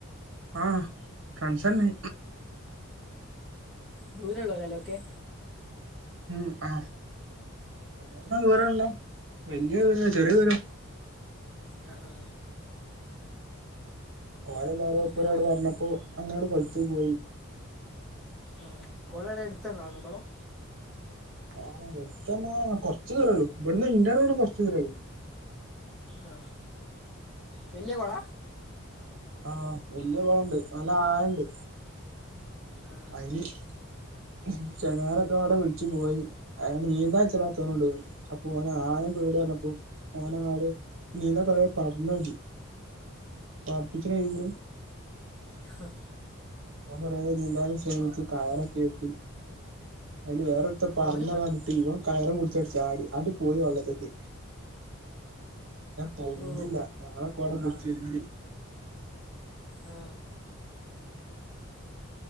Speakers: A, on the right; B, in the centre.
A: ആ. കൺസന്ന്.
B: ദൂരള്ളൊരൊല്ലൊക്കെ?
A: ഉം ആ കൊറെണ്ണം
B: ആഹ്
A: ദൂരെള്ള. വല്ല്യ ദൂരല്ല ചെറിയ ദൂരം
B: ആ ആ
A: ഓരെല്ലാരോപ്പന്ന്
B: ഇവിടെ
A: ഒരാള്
B: കൊ
A: പറഞ്ഞപ്പോ അങ്ങനട് പൊയിട്ടും പോയി
B: ആ കൊളവെടെ അടുത്താന്നാണോ കൊളം
A: ആ അടുത്തറഞ്ഞ കൊറച്ചു ദൂരേള്ളൂ ബ്ട്ന്ന് ഇൻ്റെ <unintelligible> കൊറച്ചു ദൂരള്ളൂ
B: ആ വല്യ കൊള
A: ആ വല്യ കുളണ്ട് നല്ല ആഴണ്ട്
B: ആ
A: അയിന് ഉംഹും ചെങ്ങാരൊക്കെ അവിടെ വിളിച്ചു ചങ്ങാടക്കെ അവടെ വിളിച്ച്പോയി അയിനാണ്ട് നീന്താൻ ചലച്ചുനെ കൊണ്ടയി അപ്പൊ ഓന് ആഴം പേടിർഞ്ഞപ്പോ ഓനെ നാട് നീന്താൻ കൊറെ പറഞ്ഞോക്കി വാപ്പച്ചിടെ കയ്യില്
B: എ ഹ
A: ഓൻ കൊറെ നീന്താനൊക്കെ ശ്രമിച്ച് കയറൊക്കെ കെട്ടി അയില് വേറൊരുത്തൻ പറഞ്ഞ
B: ഓനും
A: കഞ്ഞിട്ട് ഇവ കയറും പിടിച്ച് അട് ചാടി അങ്ട് പോയി വെള്ളത്തേക്ക് പിന്നെ പൊന്തില്ല
B: ഓ
A: ഞളെക്കാടെ പിടിച്ച് നീന്തി
B: ആ